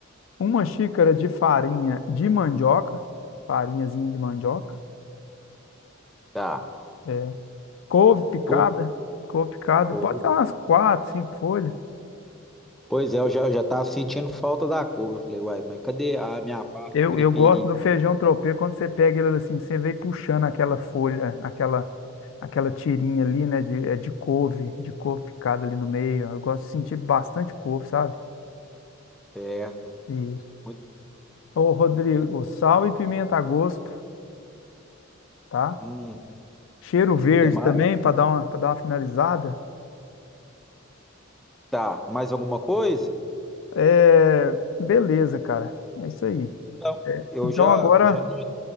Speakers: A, on the left; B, in the centre.
A: Uma xícara de farinha de mandioca, farinhazinha de mandioca.
B: Tá.
A: é. Couve picada,
B: Couve,
A: couve picada,
B: couve.
A: pode ser umas quatro, cinco folhas.
B: Pois é, eu já, já tava sentindo falta da couve. Eu falei, uai, mas cadê a minha parte
A: Eu,
B: preferida?
A: eu gosto do feijão tropeiro quando você pega ele assim, você vem puxando aquela folha, aquela aquela tirinha ali, né, de, é de couve, de couve picada ali no meio. Eu gosto de sentir bastante couve, sabe?
B: Certo.
A: Isso.
B: Muito.
A: Ô, Rodrigo, sal e pimenta a gosto, tá?
B: Uhum.
A: Cheiro verde
B: Quer mais?
A: também, para dar uma, para dar uma finalizada.
B: Tá. Mais alguma coisa?
A: É, beleza, cara. É isso aí.
B: Então, eu
A: Então
B: já,
A: agora,
B: já, no-